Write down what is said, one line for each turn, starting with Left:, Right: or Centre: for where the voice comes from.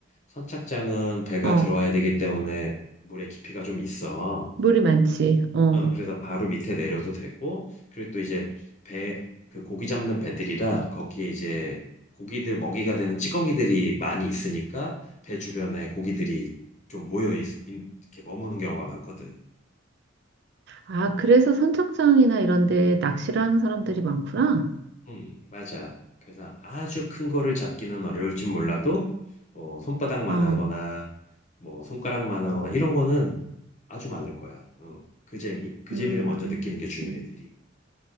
Left: 선착장은 배가
Right: 어,
Left: 들어와야 되기 때문에 물의 깊이가 좀 있어.
Right: 물이 많지. 어.
Left: 어, 그래서 바로 밑에 내려도 되고, 그리고 또 이제 배, 그 고기 잡는 배들이라 거기에 이제 고기들 먹이가 되는 찌꺼기들이 많이 있으니까 배 주변에 고기들이 좀 모여 있, 인- 이렇게 머무는 경우가 많거든.
Right: 아, 그래서 선착장이나 이런 데 낚시를 하는 사람들이 많구나.
Left: 음, 맞아. 그래서 아주 큰 거를 잡기는 어려울진 몰라도 뭐 손바닥만
Right: 어,
Left: 하거나 뭐 손가락만 하거나 이런 거는 아주 많을 거야. 어, 그 재미, 그
Right: 음,
Left: 재미를 먼저 느끼는 게 중요해,
Right: 음.
Left: 들이